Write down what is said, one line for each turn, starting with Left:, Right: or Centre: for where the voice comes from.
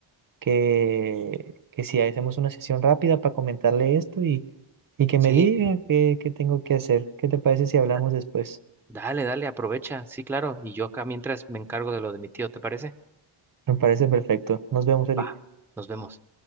Right: que, que si hacemos una sesión rápida para comentarle esto y, y que
Centre: Sí,
Right: me diga qué, qué tengo que hacer. ¿Qué te parece si hablamos
Centre: da-
Right: después?
Centre: dale, dale, aprovecha. Sí, claro. Y yo acá mientras me encargo de lo de mi tío, ¿te parece?
Right: Me parece perfecto. Nos vemos, Eric.
Centre: Va. Nos vemos.